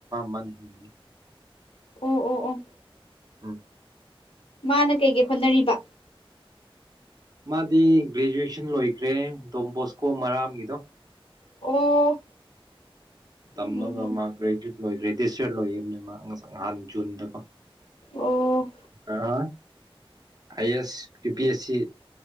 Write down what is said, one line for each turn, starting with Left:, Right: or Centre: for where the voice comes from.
Right: ꯃꯥꯅꯦꯤ
Left: ꯑꯣ ꯑꯣ ꯑꯣ
Right: ꯎꯝ
Left: ꯃꯥꯅ ꯀꯩꯀꯩ ꯍꯣꯠꯅꯔꯤꯕ
Right: ꯃꯥꯗꯤ ꯒ꯭ꯔꯦꯖꯨꯑꯦꯁꯟ ꯂꯣꯏꯈ꯭ꯔꯦ ꯗꯣꯝꯕꯣꯁꯀꯣ ꯃꯔꯥꯝꯒꯤꯗꯣ
Left: ꯑꯣ
Right: ꯇꯝꯃꯒ
Left: ꯎꯝ ꯎꯝ
Right: ꯃꯥꯦ ꯒ꯭ꯔꯦꯖꯁꯔ ꯂꯣꯏꯌꯦꯕꯅꯦ ꯃꯥ ꯅꯍꯥꯟ ꯖꯨꯟꯗꯀꯣ
Left: ꯑꯣ
Right: ꯑꯥꯏ S U P S C